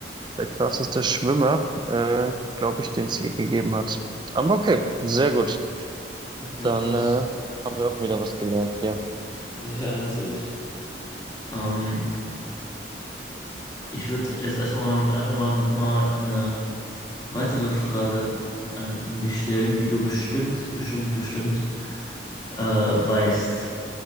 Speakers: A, on the right; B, on the left.
A: der krasseste Schwimmer, äh, glaube ich, den es je gegeben hat. Aber okay, sehr gut.
B: Okay,
A: Dann
B: krass.
A: äh, haben wir auch wieder was gelernt hier.
B: Ja, natürlich. Ähm, ich würde jetzt erstmal mal, einfach mal nochmal eine weitere Frage an dich stellen, die du bestimmt, bestimmt, bestimmt äh, weißt.